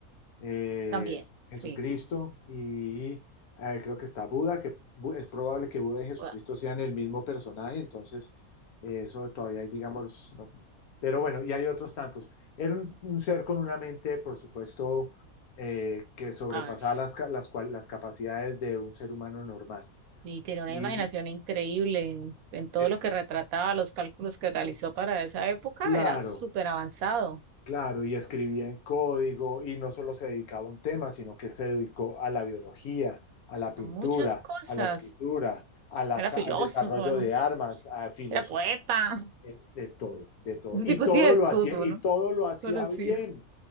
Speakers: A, on the left; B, on the right.
A: eh,
B: también,
A: Jesucristo
B: sí.
A: y eh, creo que está Buda, que Bu- es probable que Buda y Jesucristo
B: Ua-
A: sean el mismo personaje, entonces eh, eso todavía hay, digamos, no- pero bueno, y hay otros tantos. Era un, un ser con una mente, por supuesto, eh, que sobrepasaba
B: ah, s-
A: las, ca- las, cual- las capacidades de un ser humano normal.
B: y tiene una
A: Y
B: imaginación increíble en, en todo
A: eh,
B: lo que retrataba, los cálculos que realizó para esa época,
A: claro.
B: era súper avanzado,
A: Claro, y escribía en código y no solo se dedicaba a un tema, sino que él se dedicó a la biología, a la pintura,
B: a muchas cosas.
A: a la escritura, a las-
B: Era filósofo,
A: al desarrollo de armas, a filosofía,
B: era poeta.
A: de, de todo, de todo.
B: Ese
A: Y
B: tipo
A: todo
B: hacía de
A: lo hacía,
B: todo,
A: y
B: ¿no?
A: todo lo hacía
B: No lo hacía.
A: bien,